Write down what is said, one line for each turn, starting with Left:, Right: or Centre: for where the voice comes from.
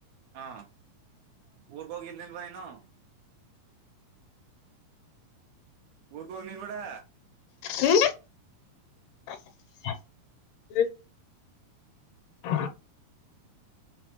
Right: ಹಾ ಊರಿಗೆ ಹೋಗಿರ್ನಿಲ್ವಾ ನು ಊರಿಗೆ ಹೋಗ್ನಿಲ್ವದ
Left: ಹ್ಮ ಹ್ಮ <unintelligible> <unintelligible>